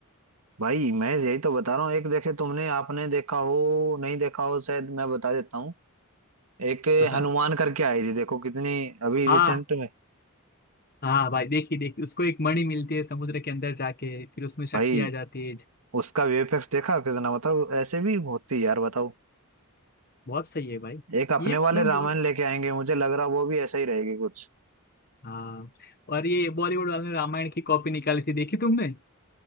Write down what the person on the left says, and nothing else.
बताओ
हाँ
हाँ भाई देखी देखी उसको एक मणि मिलती है समुद्र के अंदर जाके फिर उसमें शक्ति
आ जाती है
बहुत सही है भाई
ये
मैं
बोल
हाँ और ये बॉलीवुड वाले ने रामायण की कॉपी निकाली थी देखी तुमने